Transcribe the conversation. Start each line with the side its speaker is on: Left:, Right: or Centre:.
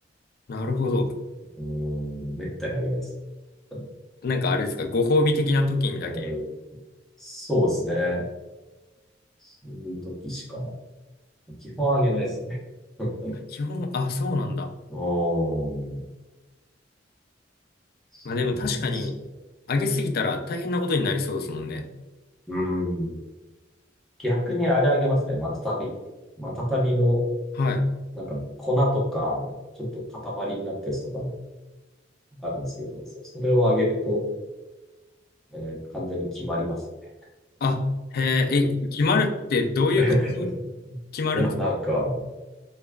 Left: なるほど。
Centre: うーん、めったにあげないです。う
Left: なんかあれですか、ご褒美的な時にだけ。
Centre: ん、そうですね。そういう時しか、基本あげないですね。<laughs>
Left: 基本、あ、そうなんだ。
Centre: おー、そうなんですよ。
Left: まあでも確かに、上げすぎたら大変なことになりそうですもんね。
Centre: うん。逆にあれあげますね。マタタビ。マタタビの、
Left: はい。
Centre: なんか粉とか、ちょっと塊になったやつとかあるんですけど、そそれをあげると、えー完全に決まりますね。
Left: あ、へえ、え、決まるってどういう感じに
Centre: <laughs>
Left: 決まるんですか
Centre: いや、なんか、